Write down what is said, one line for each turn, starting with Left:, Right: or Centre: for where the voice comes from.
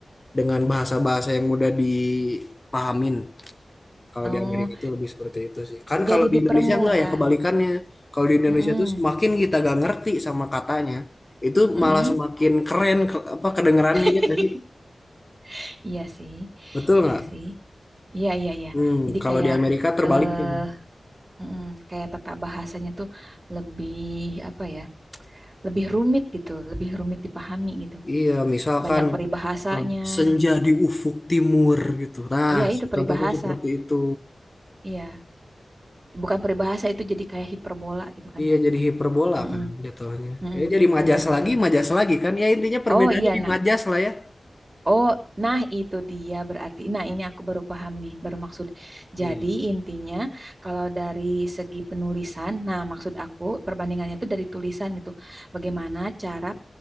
Left: dengan bahasa-bahasa yang mudah dipahamin. Kalau
Right: oh
Left: di Amerika itu lebih seperti itu sih. Kan
Right: jadi
Left: kalau
Right: dipermudah
Left: di Indonesia enggak ya kebalikannya. Kalau di Indonesia
Right: Heeh.
Left: tuh semakin kita gak ngerti sama katanya, itu
Right: Heeh.
Left: malah semakin keren ke- apa kedengerannya
Right: <laughs>
Left: ya tadi.
Right: iya sih
Left: Betul
Right: iya
Left: nggak?
Right: sih iya iya iya
Left: Hmm,
Right: jadi
Left: kalau
Right: kayak
Left: di Amerika terbaliknya.
Right: eh mm, kayak tata bahasanya tuh lebih apa ya lebih rumit gitu, lebih rumit dipahami gitu.
Left: Iya, misalkan
Right: Banyak peribahasanya
Left: eh, senja
Right: gitu.
Left: di ufuk timur gitu. Nah,
Right: Iya, itu peribahasa.
Left: contohnya seperti itu.
Right: Iya, bukan peribahasa itu jadi kayak hiperbola gitu kan.
Left: Iya, jadi hiperbola
Right: Mm-mm,
Left: kan jatuhnya.
Right: mm-mm,
Left: Ya, jadi majas
Right: betul betul.
Left: lagi, majas lagi kan. Ya intinya perbedaannya
Right: Oh iya, nah.
Left: di majas lah ya.
Right: Oh, nah itu dia berarti. Nah, ini aku baru paham nih, baru maksud.
Left: Iya.
Right: Jadi intinya kalau dari segi penulisan, nah maksud aku perbandingannya itu dari tulisan gitu. Bagaimana cara